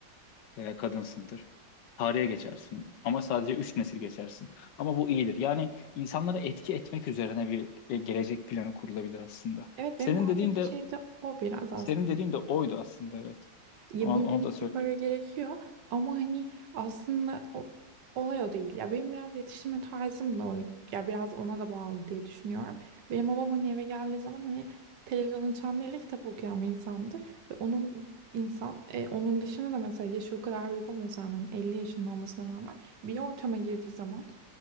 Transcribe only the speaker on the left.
veya kadınsındır. Tarihe geçersin ama sadece üç nesil geçersin. Ama bu iyidir. Yani insanlara etki etmek üzerine bir e, gelecek planı kurulabilir aslında.
Senin
dediğin de
senin dediğin de oydu aslında evet.
Onu,
onu
da söyleyecektim.